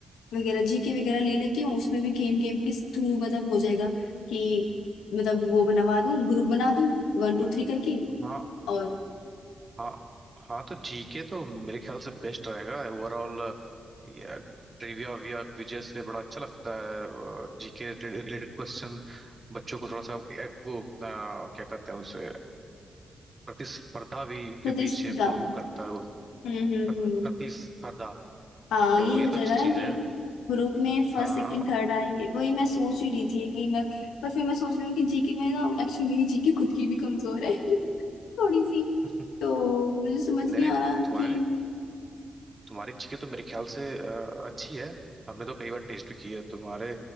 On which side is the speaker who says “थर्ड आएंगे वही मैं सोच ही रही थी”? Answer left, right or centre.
Left